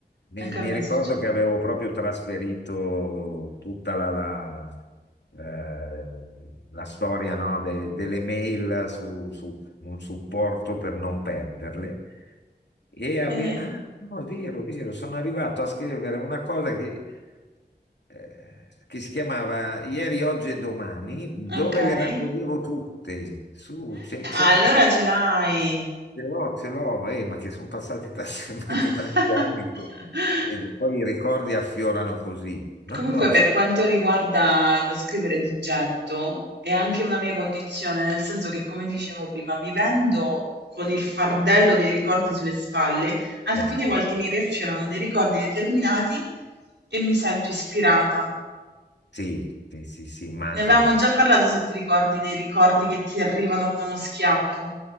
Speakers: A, on the left; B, on the right.
A: mi,
B: Anche
A: mi
B: a me
A: ricordo
B: succede.
A: che avevo proprio trasferito tutta la, la, eh, la storia, no, de- delle mail su, su un supporto per non perderle. E ave-
B: Eh,
A: ah, no, è vero, è vero, sono arrivato a scrivere una cosa che eh, che si chiamava Ieri, Oggi e Domani, dove
B: ok. Eh,
A: le raccoglievo tutte. Su, ce, ce l'ho,
B: allora ce l'hai.
A: ce l'ho, ce l'ho, eh, ma che sono passati talmente
B: <laughs>
A: <laughs> tanti anni che vedi, poi i ricordi affiorano così. No,
B: Comunque,
A: no,
B: per
A: certo.
B: quanto riguarda lo scrivere di getto, è anche una mia condizione, nel senso che, come dicevo prima, vivendo con il fardello dei ricordi sulle spalle, alcune
A: Eh, sì,
B: volte mi riaffiorano dei ricordi determinati e mi sento ispirata.
A: sì, sì, sì, sì, immagino.
B: Ne avevamo già parlato, se ti ricordi, dei ricordi che ti arrivano come uno schiaffo.